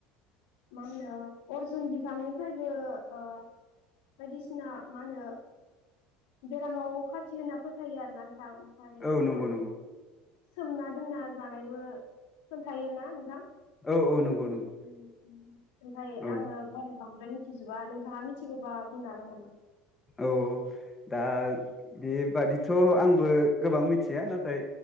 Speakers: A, on the left; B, on the left.
A: मा होनो अर्जुन बिफांनिफ्रायबो ओ बायदिसिना मा होनो बेरामाव खाथियो होनना फोथायो आरोना नोंथां ओमफ्राय
B: औ नंगौ
A: मा होनो
B: नंगौ
A: सोमना दोनना जानायबो खोन्थायोना नोंथां
B: औ औ नंगौ नंगौ
A: ओमफ्राय
B: औ
A: आङो बारा बांद्राय मि मिथिजोबा नोंथाङा मिथिगौबा बुंनो हागोन नामा
B: औ दा बेबादिथ' आंबो गोबां मिथिया नाथाय